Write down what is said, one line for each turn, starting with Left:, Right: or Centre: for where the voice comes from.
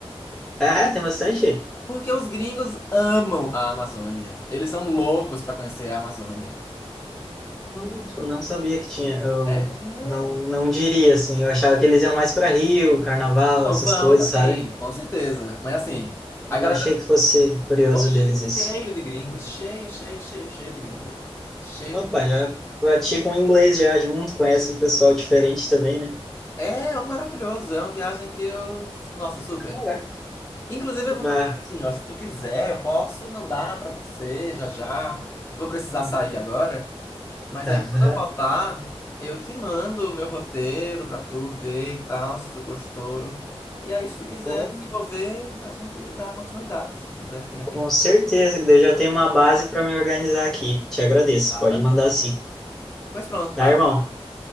Centre: É, tem bastante.
Left: Porque os gringos amam a Amazônia. Eles são loucos pra conhecer a Amazônia.
Centre: Nossa, Não sabia que tinha. Eu
Left: É.
Centre: não, não diria assim. Eu achava que eles iam mais para Rio, Carnaval,
Left: Não,
Centre: essas
Left: vão
Centre: coisas,
Left: também,
Centre: sabe?
Left: com certeza. Mas assim, a
Centre: Mas
Left: galera
Centre: não achei que fosse curioso
Left: ficou
Centre: deles isso.
Left: cheio de gringos, cheio, cheio, cheio, cheio de gringo. Cheio
Centre: Opa,
Left: de gringo.
Centre: já praticam inglês já junto, conhece um pessoal diferente também, né?
Left: É maravilhoso, é uma viagem que eu, nossa, super.
Centre: Caraca.
Left: Inclusive,
Centre: Bah,
Left: eu vou fazer assim, ó. Se tu quiser, eu posso mandar pra você já já. Eu vou precisar
Centre: uhum.
Left: sair agora. Mas
Centre: tá.
Left: aí, quando
Centre: aham.
Left: eu voltar, eu te mando o meu roteiro pra tu ver e tal, se tu gostou. E aí, se tu quiser
Centre: Com
Left: desenvolver, a gente dá continuidade, se tu quiser, de repente.
Centre: com certeza, que eu já tenho uma base para me organizar aqui. Te agradeço.
Left: Tá,
Centre: Pode
Left: tá bem.
Centre: mandar sim.
Left: Pois pronto,
Centre: Tá,
Left: pode-
Centre: irmão?